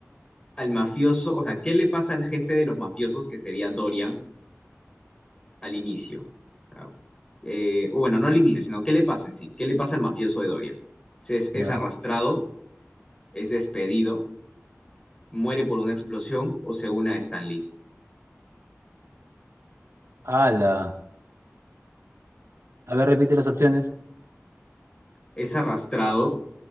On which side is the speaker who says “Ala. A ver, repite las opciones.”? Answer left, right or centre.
Right